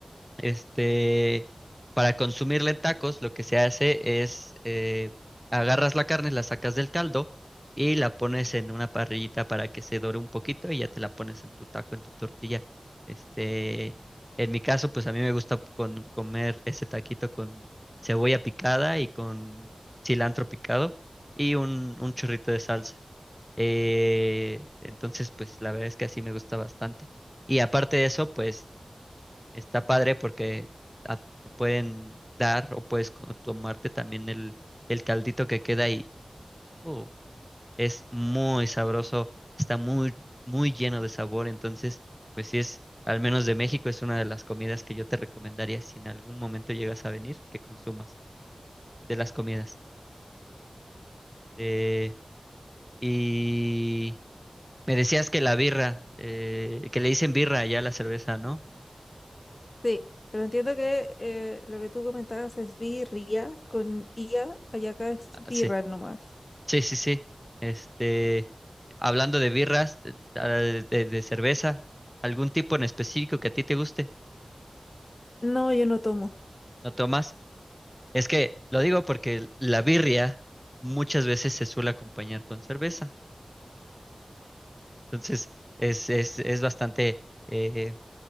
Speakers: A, in the centre; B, on the left.
A: este, para consumirla en tacos, lo que se hace es eh, agarras la carne, la sacas del caldo y la pones en una parrillita para que se dore un poquito y ya te la pones en tu taco, en tu tortilla. Este, en mi caso, pues a mí me gusta con- comer ese taquito con cebolla picada y con cilantro picado y un, un chorrito de salsa. Eh, entonces, pues la verdad es que así me gusta bastante. Y aparte de eso, pues está padre porque ah, te pueden dar o puedes co- tomarte también el, el caldito que queda y uh, es muy sabroso, está muy, muy lleno de sabor. Entonces, pues si es, al menos de México, es una de las comidas que yo te recomendaría si en algún momento llegas a venir, que consumas de las comidas. Eh, y me decías que la birra, eh, que le dicen birra ya a la cerveza, ¿no?
B: Sí, pero entiendo que eh, lo que tú comentabas es birria con ia, allá acá es
A: Ah,
B: birra
A: Sí.
B: nomás.
A: Sí, sí, sí. Este, hablando de birras, eh, ah, de, de cerveza, algún tipo en específico que a ti te guste,
B: No, yo no tomo.
A: ¿no tomas? Es que lo digo porque la birria muchas veces se suele acompañar con cerveza. Entonces, es, es, es bastante eh,